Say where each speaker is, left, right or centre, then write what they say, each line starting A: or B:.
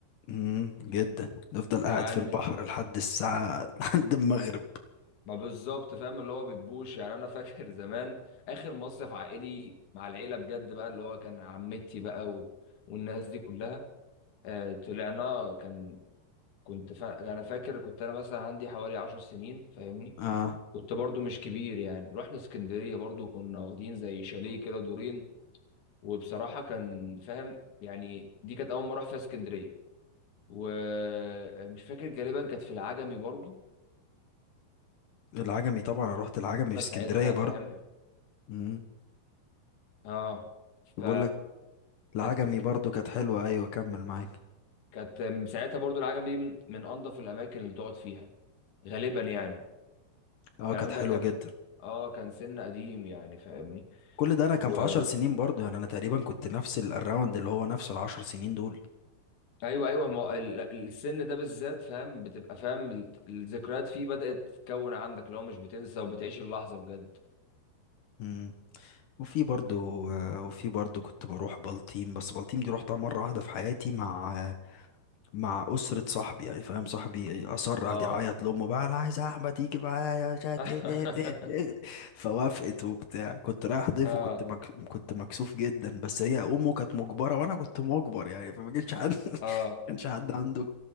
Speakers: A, on the left; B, on the left.
A: امم جدا نفضل قاعد
B: يعني
A: في البحر لحد الساعة <laughs> لحد المغرب
B: ما بالظبط فاهم اللي هو بتبوش يعني انا فاكر <laughs> زمان اخر مصيف عائلي مع العيله بجد بقى اللي هو كان عمتي بقى و... والناس دي كلها آه طلعنا كان كنت فا... انا فاكر كنت انا مثلا عندي حوالي عشر سنين فاهمني
A: آه
B: كنت برضو مش كبير يعني رحنا اسكندريه برضو كنا واخدين زي شاليه كده دورين وبصراحه كان فاهم يعني دي كانت اول ما اروح فيها اسكندريه ومش فاكر غالبا كانت في العجمي برضو
A: العجمي طبعا أنا رحت العجمي
B: انا
A: في اسكندرية
B: ساعتها
A: برضه
B: فاهم
A: امم
B: اه ف
A: بقول لك العجمي
B: كانت
A: برضه كانت حلوة ايوه كمل معاك
B: كانت ساعتها برضو العجمي دي من من انظف الاماكن اللي تقعد فيها غالبا يعني
A: اه
B: الكلام
A: كانت حلوة
B: ده كان
A: جدا
B: اه كان سن قديم يعني فاهمني
A: كل ده انا كان
B: و...
A: في عشر سنين برضو يعني انا تقريبا كنت نفس ال- الراوند اللي هو نفسه العشر سنين دول
B: ايوه ايوه ما هو ال- ال- السن ده بالذات فاهم بتبقى فاهم ال- الذكريات فيه بدأت تكون عندك اللي هو مش بتنسى وبتعيش اللحظة بجد
A: مم. وفي برضو وفي برضو كنت بروح بلطيم بس بلطيم دي روحتها مرة واحدة في حياتي مع مع أسرة صاحبي يعني فاهم صاحبي أصر
B: اه
A: قعد يعيط لأمه بقى أنا عايز أحمد يجي معايا مش عارف
B: <laughs>
A: إيه إيه إيه إيه. <laughs> فوافقت وبتاع كنت رايح ضيف
B: اه
A: وكنت مك... كنت مكسوف جدا بس هي أمه كانت مجبرة وأنا كنت مجبر يعني فما كانش حد <laughs>
B: اه
A: ما كانش حد عنده